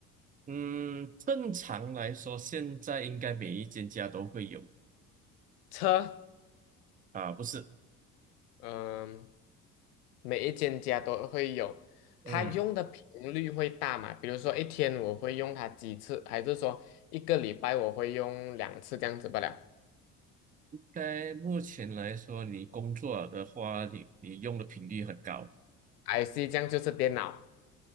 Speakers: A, on the right (about 20°); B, on the left (about 75°).
A: 嗯，正常来说，现在应该每一间家都会有。
B: 车，
A: 啊，不是，
B: 嗯、每一间家都会有，
A: 嗯，
B: 它用的频率会大嘛？比如说一天我会用它几次，还是说一个礼拜我会用两次这样子不了
A: 在目前来说，你工作的话，你你用的频率很高
B: ？IC 这样就是电脑，